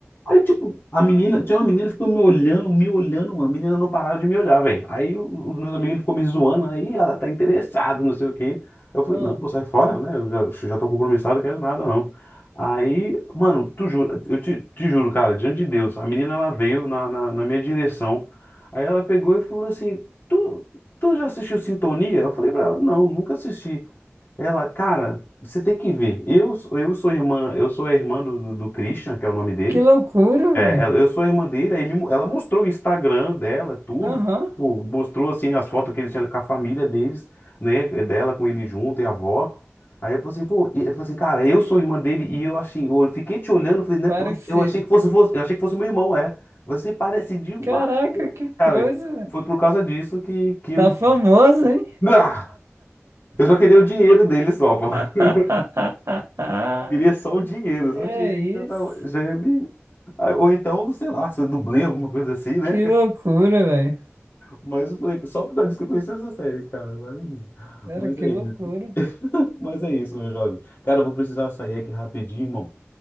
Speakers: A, on the left; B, on the right.
A: Aí, tipo, a menina, tinha uma menina que ficou me olhando, me olhando, mano. A menina não parava de me olhar, velho. Aí o- os meus amigos ficou me zoando, aí ela tá interessada, não sei o quê. Eu falei,
B: Hum.
A: não, pô, sai fora, né? Eu já, eu já tô compromissado, não quero nada, não. Aí, mano, tu jura, eu te, te juro, cara, diante de Deus, a menina ela veio na, na, na minha direção. Aí ela pegou e falou assim: Tu, tu já assistiu Sintonia? Eu falei pra ela, não, nunca assisti. Ela, cara, você tem que ver. Eu, eu sou irmã, eu sou a irmã do, do, do Christian, que é o nome dele.
B: Que loucura,
A: É,
B: velho.
A: ela- eu sou a irmã dele, aí ele mo- ela mostrou o Instagram dela, tudo,
B: Aham,
A: pô, mostrou assim as fotos que ele tinha com a família deles, né, é dela com ele junto e a avó. Aí eu falei assim, pô, e- ele falou assim, cara, eu sou a irmã dele e eu assim, eu fiquei te olhando, eu falei, né,
B: parecido.
A: eu eu achei que fosse, você- eu achei que fosse meu irmão, é. Você parece demais.
B: Caraca, que
A: Cara,
B: coisa, velho.
A: foi por causa disso que, que eu.
B: Tá famoso, hein?
A: Ah! Eu só queria o dinheiro dele só, pô.
B: <laughs>
A: <laughs> Queria só o dinheiro,
B: Que
A: só o dinheirinho já tava,
B: isso?
A: já me... Ah, Ou então, sei lá, se eu dublei alguma coisa assim, né?
B: Que loucura, velho.
A: Mas eu falei, só por causa disso que eu conheci essa série, cara. Mas,
B: Cara,
A: mas
B: que
A: é isso.
B: loucura.
A: <laughs> Mas é isso, meu jovem. Cara, eu vou precisar sair aqui rapidinho, irmão.